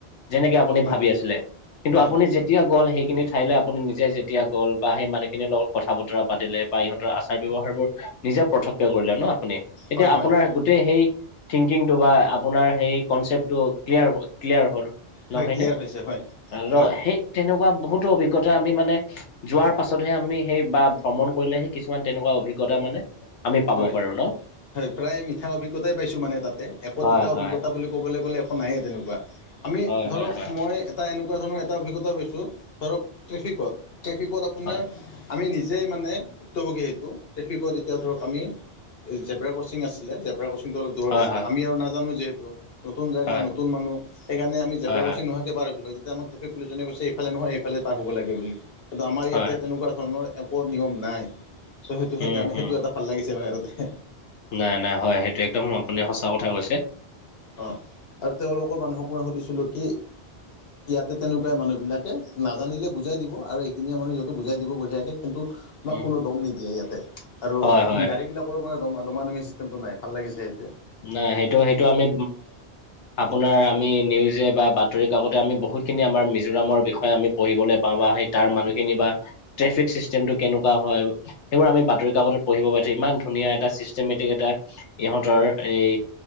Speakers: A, on the left; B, on the left.
A: যেনেকে আপুনি
B: হয়
A: ভাবি আছিলে কিন্তু
B: হয়
A: আপুনি যেতিয়া গ'ল সেইখিনি ঠাইলৈ আপুনি নিজে যেতিয়া গ'ল বা সেই মানুহখিনিৰ লগত কথা বতৰা পাতিলে বা ইহঁতৰ আচাৰ ব্যৱহাৰবোৰ নিজে প্ৰত্যক্ষ কৰিলে ন আপুনি এতিয়া
B: হয় হয়
A: আপোনাৰ গোটেই সেই থিংকিংটো বা আপোনাৰ সেই কনচেপ্টটো ক্লিয়াৰ হল ক্লিয়াৰ হ'ল। নহয়নে
B: হয় ক্লিয়াৰ হৈছে হয়
A: আৰু
B: হয়
A: সেই তেনেকুৱা বহুতো অভিজ্ঞতা আমি মানে যোৱাৰ পাছতহে আমি সেই বা ভ্ৰমণ কৰিলেহে কিছুমান তেনেকুৱা অভিজ্ঞতা মানে আমি পাব
B: হয়
A: পাৰো ন?
B: হয়, প্ৰায় মিঠা অভিজ্ঞতাই পাইছো মানে তাতে একো
A: হয়
B: তিতা অভিজ্ঞতা
A: হয়
B: বুলি ক'বলৈ গ'লে একো নাইয়ে তেনেকুৱা। আমি
A: হয়
B: ধৰক
A: হয় হয়
B: মই এত এটা এনেকুৱা ধৰণৰ এটা অভিজ্ঞতা পাইছোঁ, ধৰক ট্ৰেফিকত, ট্ৰেফিকত আপোনাৰ
A: হয়
B: আমি নিজেই মানে ভুক্তভোগী সেইটো ট্ৰেফিকত এতিয়া ধৰক আমি জেব্ৰা ক্ৰচিং আছিলে, জেব্ৰা ক্ৰচিংটো অলপ দূৰত
A: হয়
B: আছিলে, আমি আৰু নাজানো যিহেতু নতুন জেগা
A: হয়
B: নতুন মানুহ সেইকাৰণে আমি জেব্ৰা
A: হয়
B: ক্ৰৰ্চ্চিং
A: হয়
B: নোহোৱাকে পাৰ হৈছিলো, তেতিয়া আমাক ট্ৰেফিক পুলিচজনে কৈছে ইফালে নহয় এইফালে পাৰ হ'ব লাগে বুলি, কিন্তু আমাৰ ইয়াতে
A: হয়
B: তেনেকুৱা ধৰণৰ একো নিয়ম নাই। চ' সেইটো
A: উম
B: সেইকাৰণে
A: হম
B: সেইটোও এটা ভাল লাগিছে মানে তাতে।
A: নাই নাই হয়, সেইটো একদম আপুনি সঁচা কথা কৈছে।
B: অঁ। আৰু তেওঁলোকৰ মানুহক মই সুধিছিলোঁ কি ইয়াতে তেনেকুৱাই মানুহবিলাকে নাজানিলে বুজাই দিব আৰু একদিনীয়া মানুহ যিহেতু বুজাই দিব বঢ়িয়াকে কিন্তু, তোমাক
A: উম
B: কোনো দম নিদিয়ে ইয়াতে আৰু
A: হয় হয়
B: গাড়ী বিলা কৰো মানে দমাদমি চিষ্টেমটো নাই, ভাল লাগিছে ইয়াতে।
A: নাই সেইটো সেইটো আমি আপোনাৰ আমি নিউজে বা বাতৰিকাকতে আমি বহুত খিনি আমাৰ মিজোৰামৰ বিষয়ে পঢ়িবলৈ পাওঁ বা হেই তাৰ মানুহখিনি বা ট্ৰেফিক চিষ্টেমটো কেনেকুৱা হয় এইবোৰ আমি বাতৰিকাকতত পঢ়িব পাইছো ইমান ধুনীয়া এটা চিষ্টেমেটিক এটা ইহঁতৰ এই